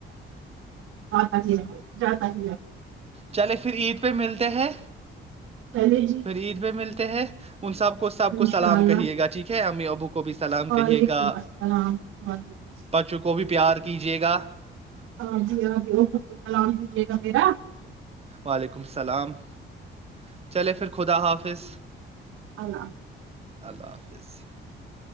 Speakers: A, on the right (about 80°); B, on the right (about 30°).
A: ت جی ج جاتا ج
B: چلے پھر عید پہ ملتے ہے
A: پہلے جی
B: پھر عید پہ ملتے ہیں ان سحب کو اس سحب کو
A: انشاء
B: سلام
A: اللہ
B: کہیے گا ٹھیک ہے امی ابو کو بھی سلام
A: وعلیکم
B: کہیے گا
A: السلام وعلیکم
B: بچوں کو بھی پیار کیجیے گا <unintelligible>
A: ہاں جی ہاں جیم ال سلام کیجیے گا میرا
B: وعلیکم السلام <unintelligible> چلے پھر خدا حافظ
A: اللہ
B: اللہ حافظ بس <unintelligible>